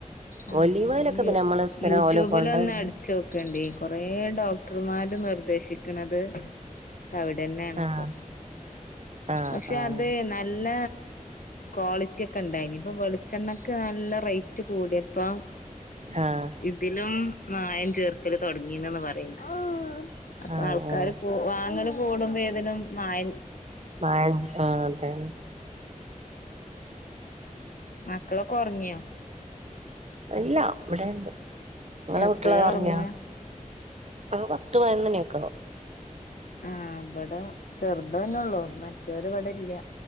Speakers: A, on the left (about 80°); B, on the right (about 55°).
A: ആഹ്
B: ഒലിവോയിലൊക്കെ പിന്നെ നമ്മള് സ്ഥിരം
A: യൂട്യൂബില്
B: ഓല് കൊണ്ടരുമ്പോ
A: ഒന്ന് അടിച്ചു നോ നോക്കേണ്ടീ കൊറേ ഡോക്ടർമാര് നിർദേശിക്കണത് തവിടെണ്ണയാണിപ്പൊ
B: ആഹ് ആഹ്
A: പക്ഷെ
B: ആഹ്
A: അത് നല്ല ക്വാളിറ്റി ഒക്കെ ഇണ്ടായിനി ഇപ്പൊ വെളിച്ചെണ്ണക്ക് നല്ല റേറ്റ് കൂടിയപ്പോ
B: ആഹ്
A: ഇതിലും മായം ചേർക്കല് തുടങ്ങീണ് പറയ്ണ്ട് അപ്പൊ
B: ആഹ്
A: ആൾക്കാര്
B: ആഹ്
A: പോ വാങ്ങല് പോവലും ഒന്നും ഏതലും മായ
B: മായം ആഹ് അതെ
A: മക്കളൊക്കെ ഉറങ്ങിയോ
B: ഇല്ല ഇവിടെണ്ട് നിങ്ങളെ
A: എപ്പഴാ
B: കുട്ടികള് ഉറങ്ങിയാ
A: ഒറങ്ങാ
B: ആഹ് പത്ത് പതിനൊന്നു മണി ഒക്കെ ആവും
A: ആഹ് ഇവിടെ ചെറുത് തന്നെള്ളൂ മറ്റവര് ഇവിടെ ഇല്ല